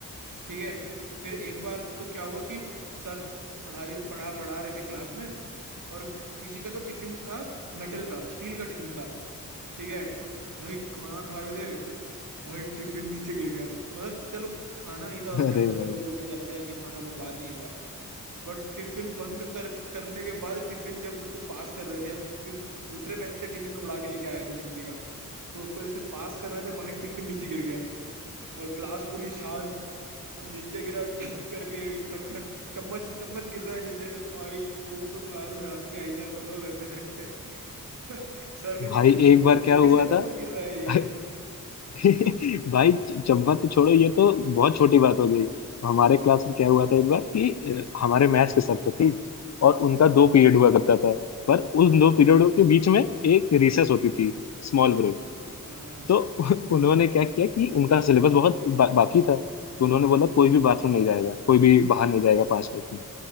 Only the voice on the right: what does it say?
ठीक है फिर एक बार तो क्या हुआ कि सर पढ़ाई पढ़ा पढ़ा रहे थे क्लास में और किसी का तो टिफिन था मेटल का स्टील का टिफिन था ठीक है भाई खाना खा रहे थे भाई टिफिन नीचे गिर गया मतलब चलो खाना नहीं था उसके
अंदर चलो
वो चीज अच्छा है कि खाना बर्बाद नहीं हुआ बट टिफिन बंद कर करने के बाद टिफिन जब उसको पास कर रहे थे हम क्योंकि दूसरे बेंच से टिफिन उड़ा के लेके आए थे हम किसी का तो उसको जैसे पास कर रहे थे भाई टिफिन नीचे गिर गया और क्लास पूरी शांत और नीचे गिरा ठक करके खड़क खड़क चम्मच चम्मच गिर रहा है नीचे भाई जो तो क्लास में हंसी आई ना सब लोग हंसने लग गए <laughs> सर भी
पीछे मुड़ के
बोलते हैं
किसका
चम्मच गिर रहा है ये
<laughs>